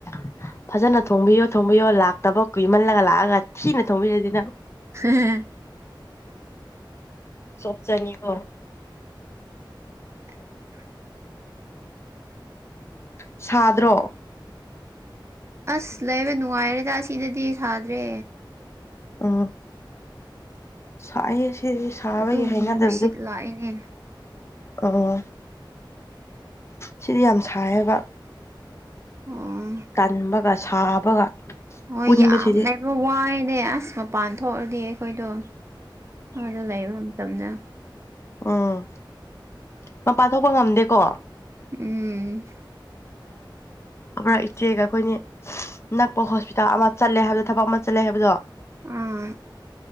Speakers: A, on the left; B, on the right.
A: <inaudible> ꯐꯖꯅ ꯊꯣꯡꯕꯤꯌꯣ ꯊꯣꯡꯕꯤꯌꯣ ꯂꯥꯛꯇꯕ ꯀꯨꯏꯃꯜꯂꯒ ꯂꯥꯑꯒ ꯊꯤꯅ ꯊꯣꯡꯕꯤꯔꯗꯤ ꯅꯪ
B: <unintelligible>
A: ꯆꯣꯞꯆꯅꯤꯀꯣ
B: <unintelligible>
A: ꯁꯥꯗ꯭ꯔꯣ
B: ꯑꯁ ꯂꯩꯕ ꯅꯨꯉꯥꯏꯔꯦꯗ ꯑꯁꯤꯗꯗꯤ ꯁꯥꯗ꯭ꯔꯦ
A: ꯑ ꯁꯥꯏꯌꯦ ꯁꯤ ꯁꯤꯗꯗꯤ ꯁꯥꯕꯒꯤ
B: ꯑꯗꯨꯝ
A: ꯍꯩꯅꯗꯕꯗꯣ
B: ꯅꯨꯡꯁꯤꯠ ꯂꯥꯛꯑꯦꯅꯦ
A: ꯑꯣ ꯁꯤꯗꯤ ꯌꯥꯝ ꯁꯥꯏꯌꯦꯕ
B: ꯑꯣ
A: ꯇꯟꯕꯒ ꯁꯥꯕꯒ
B: ꯍꯣꯏ
A: ꯄꯨꯟꯕꯁꯤꯗꯤ
B: ꯌꯥꯝꯃꯦꯕ ꯋꯥꯏꯅꯦ ꯑꯁ ꯃꯄꯥꯟ ꯊꯣꯑꯗꯤ ꯑꯩꯈꯣꯏꯗꯣ ꯑꯥꯗ ꯂꯩꯕ ꯃꯇꯝꯗ
A: ꯑꯥ ꯃꯄꯥꯟ ꯊꯣꯛꯄ ꯉꯝꯗꯦꯀꯣ
B: ꯎꯝ
A: ꯑꯒꯣꯏ ꯏꯆꯦꯒ ꯈꯣꯏꯅꯤ ꯅꯛꯄ ꯍꯣꯁꯄꯤꯇꯥꯜ ꯑꯃ ꯆꯠꯂꯦ ꯍꯥꯏꯕꯗꯣ ꯊꯕꯛ ꯑꯃ ꯆꯠꯂꯦ ꯍꯥꯏꯕꯗꯣ
B: ꯑꯥ